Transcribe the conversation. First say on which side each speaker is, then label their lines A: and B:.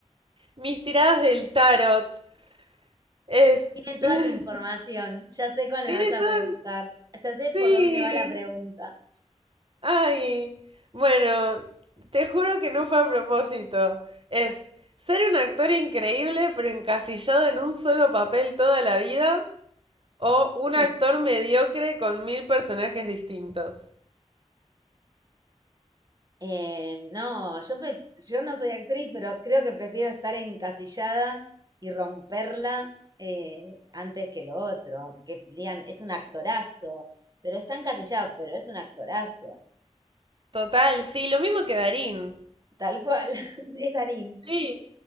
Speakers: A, on the right; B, on the right.
A: mis tiradas del tarot. Es.
B: Tiene toda
A: <laughs>
B: tu información. Ya sé cuál me
A: Tiene
B: vas a
A: todo.
B: preguntar. Ya sé
A: Sí.
B: por dónde va la pregunta.
A: Ay. Bueno, te juro que no fue a propósito. Es ser un actor increíble pero encasillado en un solo papel toda la vida o un actor mediocre con mil personajes distintos.
B: Eh, no, yo, pref- yo no soy actriz, pero creo que prefiero estar encasillada y romperla eh, antes que lo otro. Que digan, es un actorazo, pero está encasillado, pero es un actorazo.
A: Total, sí, lo mismo que Darín.
B: Tal cual, <laughs> es Darín.
A: Sí.